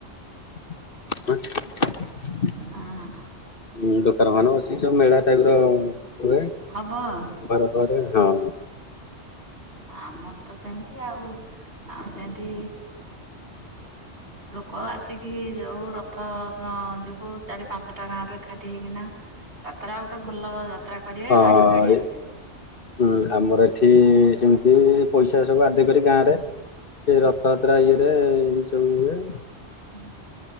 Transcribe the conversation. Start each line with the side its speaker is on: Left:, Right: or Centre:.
Left: <unintelligible>
Right: ହଁ।
Left: ହଁ, ଦୋକାନ ଫୋକାନ ବସିକି ସବୁ ମେଳା ଟାଇପ ର ହୁଏ।
Right: ହବ ଆଉ।
Left: ବରବର <unintelligible>
Right: ଆମର ତ ସେମତି ଆଉ ତର ସେମତି ଲୋ ଆସିକି ଯଉ ରଥ ଯୋଗୁ ଚାରି ପାଞ୍ଚଟା ଗାଁରେ ଏକାଠି ହେଇକିନା ଯାତ୍ରା ଗୋଟେ ଭଲ ଯାତ୍ରା କରିବେ
Left: ହଁ
Right: ହାଡି ଫାଡି ଆସିବେ।
Left: ହୁଁ ଆମର ଏଠି ସେମିତି ପଇସା ସବୁ ଆଦାୟ କରି ଗାଁ ରେ ସେ ରଥଯାତ୍ରା ଇଏରେ ଏମି ସବୁ ହୁଏ।
Right: ହୁଁ।